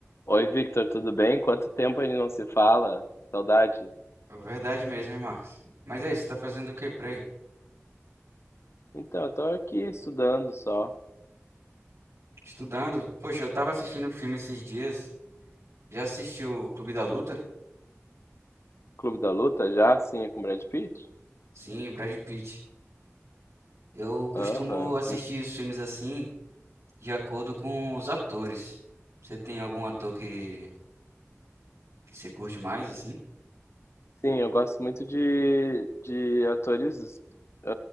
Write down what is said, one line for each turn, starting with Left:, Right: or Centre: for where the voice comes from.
Left: Oi, Victor, tudo bem? Quanto tempo a gente não se fala? Saudade.
Right: Verdade mesmo, hein, Marcos? Mas é isso, você tá fazendo o quê por aí?
Left: Então, eu tô aqui estudando só.
Right: Estudando? Poxa, eu tava assistindo um filme esses dias. Já assistiu o Clube da Luta?
Left: Clube da Luta já? Sim, é com Brad Pitt?
Right: Sim, Brad Pitt. Eu costumo
Left: Aham.
Right: assistir
Left: muito-
Right: os filmes assim, de acordo com os atores. Você tem algum ator que, que você curte mais, assim?
Left: Sim, eu gosto muito de, de atores ah,